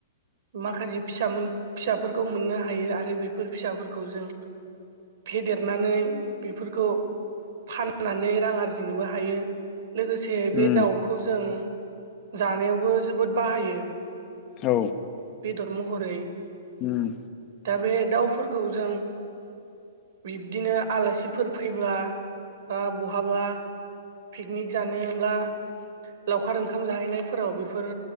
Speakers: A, on the right; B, on the left.
A: माखासे फिसा मोन फिसाफोरखौ मोननो हायो आरो बेफोर फिसाफोरखौ जों फेदेरनानै बेफोरखौ फाननानै रां आरजिनोबो हायो लोगोसे
B: उम
A: बे दाउखौ जों जानायावबो जोबोद बाहायो
B: औ
A: बेदर महरै
B: उम
A: दा बे दाउफोरखौ जों बिब्दिनो आलासिफोर फैब्ला बा बहाबा पिकनिक जानोब्ला लावखार ओं खाम जाहैनायफोराव बेफोर